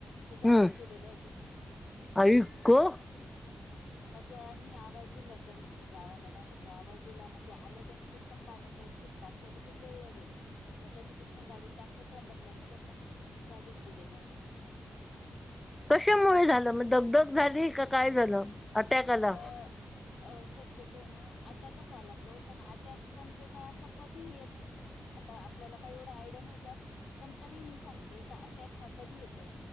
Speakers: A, on the left; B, on the left.
A: तर जागीच
B: हम्मं
A: गेलेल्या होत्या त्या
B: आई गं
A: मंग त्यांनी आवांज दिला त्यांनी जावांला माझां कांहीं आवांज दिलां मंग ते आलं त्यांनी पटकंण पाण्याचं एक शिप टाकलं तरं ते गिळलं गेलं मंग त्यांनी पटंकन गांडीत टाकलं त्रंबकला नेलं पणं जागीच गेलेल्या होत्यां
B: कशांमुळे झालं मंग दगंधगं झाली कां कायं झालं? अटॅक आला
A: अं अं शक्यतोय नां अटॅकच आंला तो पणं अटॅक पणं तो कांहीं असां कधीं येतं नाहीं. आंता आपल्यांला कांहीं एवढां आयडिया नाहीं त्यांतं पणं तरी मी सांगते कां अटॅक हां कधी येतो